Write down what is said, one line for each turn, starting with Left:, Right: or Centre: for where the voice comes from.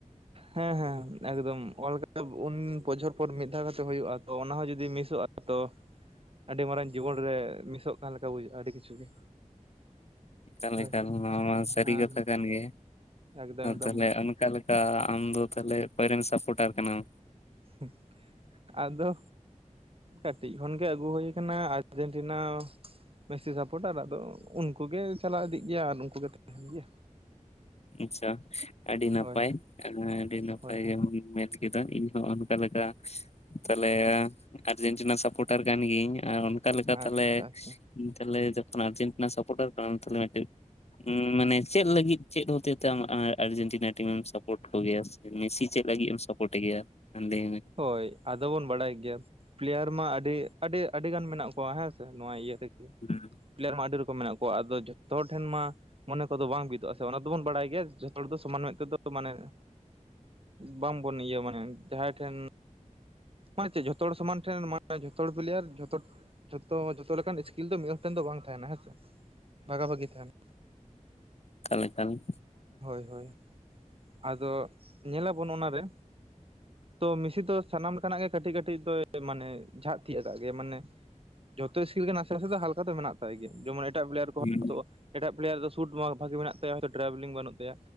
Right: ᱦᱮᱸ ᱦᱮᱸ ᱮᱠᱫᱚᱢ ᱞᱰ ᱠᱟᱯ ᱩᱱ ᱵᱚᱪᱷᱚᱨ ᱯᱚᱨ ᱢᱤᱫ ᱫᱷᱟᱣ ᱠᱟᱛᱮ ᱦᱩᱭᱩᱜᱼᱟ ᱛᱚ ᱚᱱᱟᱦᱚᱸ ᱡᱩᱫᱤ ᱢᱤᱥᱚᱜᱼᱟ ᱛᱚ ᱟᱹᱰᱤ ᱢᱟᱨᱟᱝ ᱡᱤᱵᱚᱱ ᱨᱮ ᱢᱤᱥᱚᱜ ᱠᱟᱱ ᱞᱮᱠᱟ ᱵᱩᱡᱷᱟᱹᱜᱼᱟ ᱟᱹᱰᱤ ᱠᱤᱪᱷᱩ ᱜᱮ
Left: ᱠᱟᱞᱮᱠᱟᱞ
Right: ᱦᱳᱭ ᱥᱮ
Left: ᱱᱚᱣᱟ ᱥᱟᱹᱨᱤ
Right: ᱦᱮᱸ
Left: ᱠᱟᱛᱷᱟ ᱠᱟᱱ ᱜᱮ
Right: ᱮᱠᱫᱚᱢ ᱮᱠᱫᱚᱢ
Left: ᱛᱟᱦᱚᱞᱮ ᱚᱠᱟ ᱞᱮᱠᱟ ᱟᱢ ᱫᱚ ᱛᱟᱦᱮ ᱚᱠᱚᱭᱨᱮᱢ ᱥᱟᱯᱴᱟᱨ ᱠᱟᱱᱟᱢ
Right: <unintelligible> ᱟᱫᱚ ᱠᱟᱹᱴᱤᱡ ᱠᱷᱚᱱᱜᱮ ᱟᱹᱜᱩ ᱦᱩᱭ ᱟᱠᱟᱱᱟ ᱟᱨᱡᱮᱱᱴᱤᱱᱟ ᱵᱮᱥᱤ ᱥᱟᱯᱚᱴᱟᱨ ᱟᱫᱚ ᱩᱱᱠᱩ ᱜᱮ ᱪᱟᱞᱟᱣ ᱤᱫᱤᱜ ᱜᱮᱭᱟ ᱟᱨ ᱩᱱᱠᱩ ᱜᱮ ᱛᱟᱦᱮᱱ ᱜᱮᱭᱟ
Left: ᱟᱪᱷᱟ ᱟᱹᱰᱤ ᱱᱟᱯᱟᱭ
Right: ᱦᱳᱭ ᱦᱳᱭ
Left: ᱟᱹᱰᱤ ᱱᱟᱯᱟᱭ
Right: ᱦᱳᱭ
Left: ᱜᱮᱢ ᱠᱮᱫᱟ ᱤᱧ ᱦᱚᱸ ᱚᱱᱠᱟ ᱞᱮᱠᱟ ᱛᱟᱞᱮ ᱟᱨᱡᱮᱱᱴᱤᱱᱟ ᱥᱟᱯᱳᱴᱟᱨ ᱠᱟᱱ ᱜᱤᱭᱟᱹᱧ ᱟᱨ ᱚᱱᱠᱟ ᱞᱮᱠᱟ
Right: ᱟᱪᱪᱷᱟ
Left: ᱛᱟᱦᱞᱮ
Right: ᱟᱪᱪᱷᱟ
Left: ᱛᱟᱦᱮ ᱡᱚᱠᱷᱚᱱ ᱟᱨᱡᱮᱱᱴᱤᱱᱟ ᱥᱟᱯᱴᱟᱨ ᱠᱟᱱᱟ ᱛᱟᱦᱮ ᱢᱤᱫᱴᱮᱱ ᱢᱟᱱᱮ ᱪᱮᱫ ᱞᱟᱹᱜᱤᱫ ᱪᱮᱫ ᱦᱚᱛᱮᱡ ᱛᱮ ᱟᱢ ᱟᱨᱡᱮᱱᱴᱤᱱᱟ ᱴᱤᱢᱮᱢ ᱥᱟᱯᱳᱨᱴ ᱠᱚᱜᱮᱭᱟ ᱥᱮ ᱢᱮᱥᱤ ᱪᱮᱫ ᱞᱟᱹᱜᱤᱫ ᱮᱢ ᱥᱟᱯᱳᱨᱴ ᱜᱮᱭᱟ <unintelligible> ᱢᱮ
Right: ᱦᱚᱭ ᱟᱫᱚ ᱵᱚᱱ ᱵᱟᱲᱟᱭ ᱜᱮᱭᱟ ᱯᱞᱮᱭᱟᱨ ᱢᱟ ᱟᱹᱰᱤ ᱟᱹᱰᱤ ᱟᱹᱰᱤ ᱜᱟᱱ ᱢᱮᱱᱟᱜ ᱠᱚᱣᱟ ᱦᱮᱸᱥ ᱱᱚᱣᱟ ᱤᱭᱟᱹ ᱨᱮᱜᱮ
Left: ᱦᱩᱸ
Right: ᱯᱞᱮᱭᱟᱨ ᱢᱟ ᱟᱹᱰᱤ ᱨᱚᱠᱚᱢ ᱢᱮᱱᱟᱜ ᱠᱚᱣᱟ ᱟᱫᱚ ᱡᱚᱛᱚ ᱦᱚᱲ ᱴᱷᱮᱱ ᱢᱟ ᱢᱚᱱᱮ ᱠᱚᱫᱚ ᱵᱟᱝ ᱵᱤᱫᱚᱜ ᱟᱥᱮ ᱚᱱᱟ ᱫᱚᱵᱚᱱ ᱵᱟᱲᱟᱭ ᱜᱮᱭᱟ ᱡᱚᱛᱚ ᱦᱚᱲ ᱫᱚ ᱥᱚᱢᱟᱱ ᱢᱮᱫ ᱛᱮᱫᱚ ᱢᱟᱱᱮ ᱵᱟᱝ ᱵᱚᱱ ᱤᱭᱟᱹ ᱢᱟᱱᱮ ᱡᱟᱦᱟᱸᱭ ᱴᱷᱮᱱ ᱢᱟᱱᱮ ᱪᱮᱫ ᱡᱷᱚᱛᱚ ᱦᱚᱲ ᱥᱚᱢᱟᱱ ᱴᱷᱮᱱ ᱢ ᱡᱚᱛᱚ ᱦᱚᱲ ᱯᱞᱮᱭᱟᱨ ᱡᱚᱛᱚ ᱡᱚᱛᱚ ᱡᱚᱛᱚ ᱞᱮᱠᱟᱱ ᱥᱠᱤᱞ ᱫᱚ ᱢᱤᱫ ᱦᱚᱲ ᱴᱮᱱ ᱫᱚ ᱵᱟᱝ ᱛᱟᱦᱮᱱᱟ ᱦᱮᱸᱥᱮ ᱵᱷᱟᱜᱟ ᱵᱷᱟᱜᱤ ᱛᱟᱦᱮᱱᱟ
Left: ᱛᱟᱞᱮ ᱛᱟᱞ
Right: ᱦᱚᱭ ᱦᱚᱭ ᱟᱫᱚ ᱧᱮᱞᱟᱵᱚᱱ ᱚᱱᱟᱨᱮ ᱛᱚ ᱢᱤᱥᱤ ᱫᱚ ᱥᱟᱱᱟᱢ ᱞᱮᱠᱟᱱᱟᱜ ᱜᱮ ᱠᱟᱹᱴᱤᱡ ᱠᱟᱹᱴᱤᱡ ᱫᱚ ᱢᱟᱱᱮ ᱡᱷᱟᱜ ᱛᱤᱭᱤᱭᱟ ᱟᱠᱟᱫ ᱜᱮᱭᱟ ᱢᱟᱱᱮ ᱡᱚᱛ ᱥᱠᱤᱞ ᱜᱮ ᱱᱟᱥᱮ ᱱᱟᱥᱮ ᱫᱚ ᱦᱟᱞᱠᱟ ᱫᱚ ᱢᱮᱱᱟᱜ ᱛᱟᱭ ᱜᱮᱭᱟ ᱡᱮᱢᱚᱱ ᱮᱴᱟᱜ ᱯᱞᱮᱭᱟᱨ ᱠᱚᱛᱚᱜᱼᱟ
Left: ᱦᱩᱸ
Right: ᱮᱴᱟᱜ ᱯᱞᱮᱭᱟᱨ ᱫᱚ ᱥᱩᱴ ᱵᱷᱟᱜᱮ ᱢᱮᱱᱟᱜ ᱛᱟᱭᱟ ᱴᱨᱟᱵᱷᱮᱞᱤᱝ ᱵᱟᱹᱱᱩᱜ ᱛᱟᱭᱟ